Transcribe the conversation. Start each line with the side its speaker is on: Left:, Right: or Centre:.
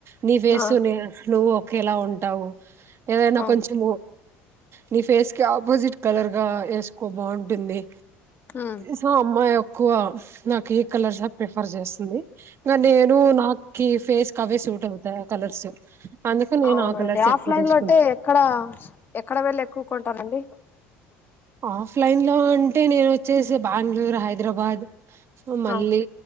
Right: నీ వేసు
Left: ఆ
Right: న నువ్వు ఒకేలా ఉంటావు ఏదైనా
Left: ఆ
Right: కొంచం నీ ఫేస్ కి ఆపోజిట్ కలర్ గా వేసుకో బాన్ టుంది
Left: ఉమ్
Right: సో అమ్మ ఒ ఎక్కువ నాకు ఈ కలర్స్ ప్రిఫర్ చేస్తుంది ఇ నేను నాకి ఫేస్ క అవే సూట్ అవుతాయి ఆ కలర్స్ అందుకు నేను
Left: అవునండి
Right: ఆ కలర్స్
Left: ఆఫ్లైన్
Right: ఎక్కువ తీసుకుంటా
Left: లో అంటే ఎక్కడ ఎక్కడ వెళ్ళి ఎక్కువకుంటారండి
Right: ఆఫ్లైన్ లో అంటే నేను వచ్చేసి బెంగళూరు హైదరాబాద్ మళ్ళీ
Left: ఆ